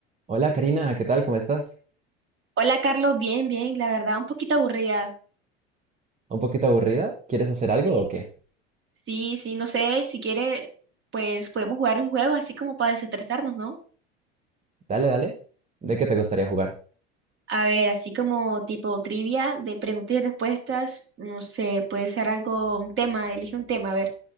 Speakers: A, on the right; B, on the right.
A: Hola Karina, ¿qué tal? ¿Cómo estás?
B: Hola Carlos, bien, bien, la verdad un poquito aburrida.
A: ¿Un poquito aburrida? ¿Quieres hacer
B: Sí,
A: algo o qué?
B: sí, sí, no sé, si quiere, pues podemos jugar un juego así como para desestresarnos, ¿no?
A: Dale, dale. ¿De qué te gustaría jugar?
B: A ver, así como tipo trivia de preguntas y respuestas, no sé, puede ser algo, un tema, elige un tema, a ver,